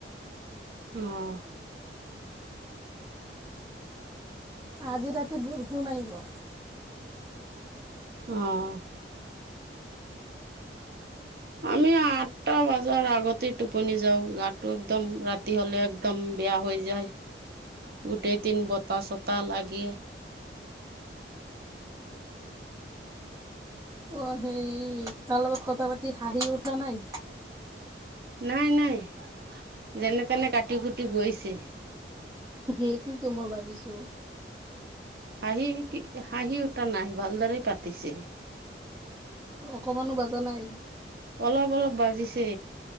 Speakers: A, on the right; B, on the right.
A: ন <unintelligible> অহ।
B: আজি ৰাতি বোৰষূণ আহিব।
A: অহ। আমি আঠটা বজাৰ আগতেই টোপনি যাও, গাটো একদম ৰাতি হলে একদম বেয়া হৈ যায়, গোটেই দিন বতাহ চতাহ লাগে।
B: অ সেই তাৰ লগত কথা পাতি হাঁহি উঠা নাই?
A: নাই নাই, যেনে তেনে কাটি কুটি গৈছে।
B: সেইটোতো মই ভাবিছো।
A: হাঁহি কি হাঁহি উটা নাই ভালদৰে পাতিছে।
B: অকমানো বাজা নাই?
A: অলপ অলপ বাজিছে।